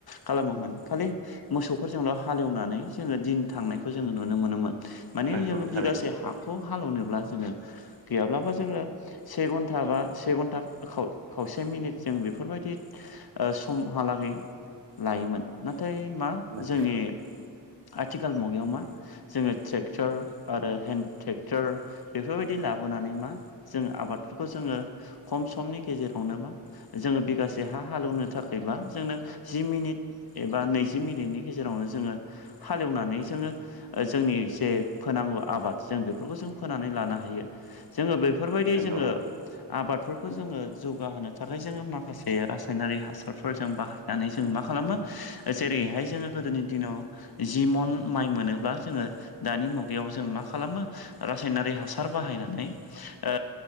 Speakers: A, on the left; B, on the right.
A: खालामोमोन खालि मोसौफोरजोंल' हालेवनानै जोङो दिन थांनायखौ जोङो नुनो मोनोमोन। माने
B: नंगौ
A: जोङो बिगासे
B: थारैनो
A: हाखौ हालेवनोब्ला जोङो गैयाब्लाबो जोङो से घन्टा बा से घन्टा खाव खावसे मिनिट जों बेफोरबायदि ओ सम हालागै लायोमोन नाथाय मा
B: नंगौ
A: जोंनि आथिखाल मुगायाव मा जोङो ट्रेक्टर आरो हेन्द ट्रेक्टर बेफोरबायदि लाबोनानै मा जोङो आबादफोरखौ जोङो खम समनि गेजेरावनो मा जोङो बिगासे हा हालौनो थाखायबा जोंनो जि मिनिट एबा नैजि मिनिटनि गेजेरावनो जोङो हालेवनानै जोङो ओ जोंनि जे फोनांगौ आबाद जों बेफोरखौ जों फोनानै लानो हायो जोङो बेफोरबायदि
B: नंगौ
A: जोङो आबादफोरखौ जोङो जौगाहोनो थाखाय जोङो माखासे रासायनारि हासारफोरजों बा नानै जों मा खालामो जेरैहाय जोङो गोदोनि दिनाव जि मन माइ मोनोब्ला जोङो दानि मुगायाव जों मा खालामो रासायनारि हासार बाहायनानै ओ